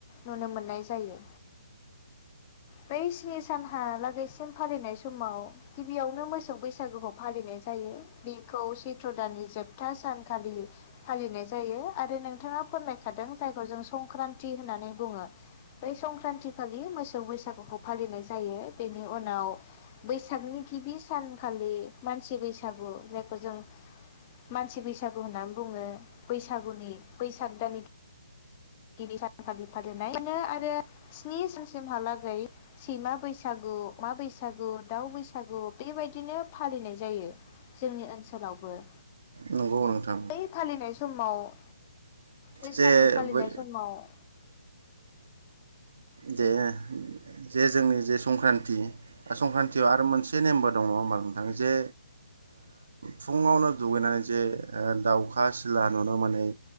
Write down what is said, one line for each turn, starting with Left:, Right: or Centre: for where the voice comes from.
Left: नुनो मोननाय जायो बै स्नि सानहालागैसिम फालिनाय समाव गिबियावनो मोसौ बैसागुखौ फालिनाय जायो बेखौ सैत्र दाननि जोबथा सानखालि फालिनाय जायो आरो नोंथाङा फोरमायखादों जायखौ जों संक्रान्ति होननानै बुङो बै संक्रान्ति खालि मोसौ बैसागु फालिनाय जायो बेनि उनाव बैसागनि गिबि सानखालि मानसि बैसागु जायखौ जों मानसि बैसागु होननानै बुङो बैसागुनि बैसाग दान गिबि सानखालि फालिनायनो आरो स्नि सानसिमहालागै सैमा बैसागु मा बैसागु दाउ बैसागु बेबायदिनो फालिनाय जायो जोंनि ओनसोलावबो
Right: नंगौ नोंथां
Left: बै फालिनाय समाव बैसागु
Right: जे
Left: फालिनाय
Right: बो
Left: समाव
Right: दे जे जोंनि जे संक्रान्ति संक्रान्तियाव आरो मोनसे नेम्बार दं नङा होमबा नोंथाङो जे फुङावनो दुगैनानै जे दाउखा सिला नुनो मोनै